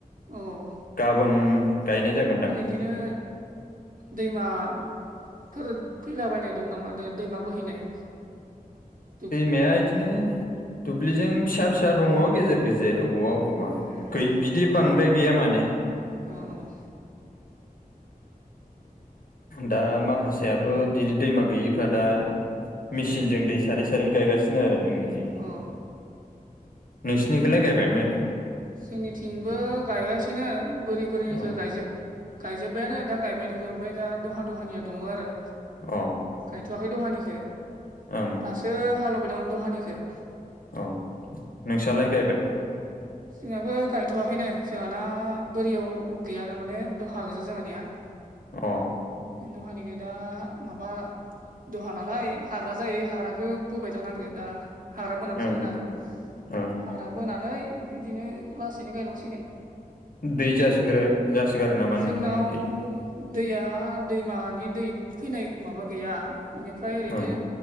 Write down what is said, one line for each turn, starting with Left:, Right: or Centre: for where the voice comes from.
Right: उम
Left: गाबोन गायनाय जागोनदां।
Right: दिनो दैमाफोर फैलाबायनाय दं नामा द-दैमा बोहैनाय? <inaudible>
Left: दैमाया इदिनो दुब्लिजों फिसा फि सा दङ गेजेर गेजेर अबावबा अबावबा
Right: उम
Left: गै बिदि बांद्राय गैया माने।
Right: अ अ।
Left: दा माखासेयाथ' दिदि दैमा गैयिफ्रा दा मेसिनजों
Right: अ उम
Left: दै सारै सारै गायगासिनो आरो जोंनिखै।
Right: अ
Left: नोंसिनिखैलाय गायबाय माइफ्रा?
Right: जोंनिथिंबो गायगासिनो बोरि बोरिनिखौ
Left: अ
Right: गायजोब गायजोब्बायानो दा गायबाय दङ ओमफ्राय दा दहा दहानिया दङ आरो।
Left: अ
Right: गायथ'वाखै दहानिखो।
Left: ओं।
Right: दासो हालौबाय दं दहानिखो।
Left: अ नोंसालाय गायबाय?
Right: जोंहाबो गायथ'वाखैनो जोंहाना बोरियाव गैया थारमाने दहा गोजा जोंहानिया। <unintelligible>
Left: अ
Right: दहानिखो दा माबा दहा नालाय हाग्रा जायो हाग्राखौ बोबाय थानांगो दा हाग्रा बोनांसिगोन
Left: ओं
Right: आरो
Left: ओं
Right: हाग्रा बोनानै बेदिनो लासैनो गायलांसिगोन।
Left: दै जासोग्रो जासोगारो नामा
Right: जोंनाव
Left: नोंथां मोननिखै?
Right: दैया दैमानि दै फैनाय माबा गैया इनिफ्राय ओरैनो
Left: ओं